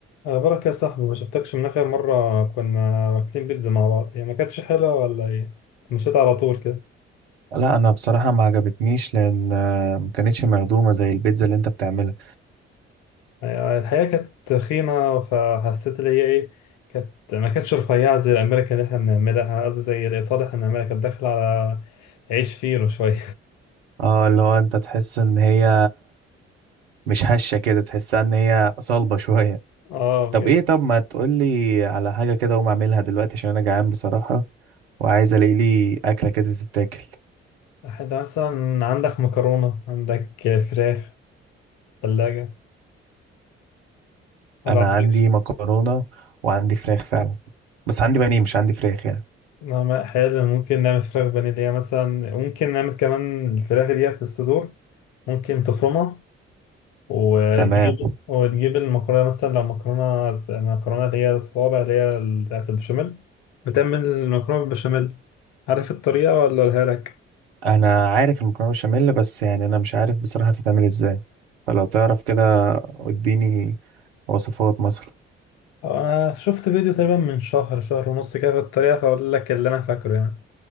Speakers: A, on the left; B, on the right.
A: أخبارك يا صاحبي ما شفتكش من آخر مرة كنا واكلين بيتزا مع بعض هي ما كانتش حلوة ولا إيه؟ مشيت على طول كده
B: لا انا بصراحه ما عجبتنيش لان آه، ما كانتش مخدومه زي البيتزا اللي انت بتعملها
A: يعني الحقيقة كانت تخينة فحسيت اللي هي إيه كانت ما كانتش رفيعة زي الأمريكا اللي إحنا بنعملها قصدي زي الإيطالي إحنا بنعملها كانت داخلة على عيش فينو شوية
B: اه اللي هو انت تحس ان هي مش هشه كده تحسها ان هي صلبه شويه
A: <laughs> آه بجد
B: طب ايه طب ما تقولي على حاجه كده اقوم اعملها دلوقتي عشان انا جعان بصراحه وعايز الاقي لي اكله كده تتاكل
A: أحد مثلا عندك مكرونة عندك فراخ ثلاجة ما
B: انا
A: عندكش
B: عندي مكرونه وعندي فراخ فعلا بس عندي بانيه مش عندي فراخ يعني
A: نعم حلو ممكن نعمل فراخ فانيليا مثلا ممكن نعمل كمان الفراخ ديت الصدور ممكن تفرمها وتجيب
B: تمام
A: وتجيب المكرونة مثلا لو مكرونة ز- مكرونة اللي هي الصوابع اللي هي ال- بتاعت البشاميل بتعمل المكرونة بالبشاميل عارف الطريقة ولا أقولها لك؟
B: انا عارف المكرونه بشاميل بس يعني انا مش عارف بصراحه تتعمل ازاي فلو تعرف كده اديني وصفات مثلا
A: أنا شفت فيديو تقريبا من شهر شهر ونص كده في الطريقة فأقول لك اللي أنا فاكره يعني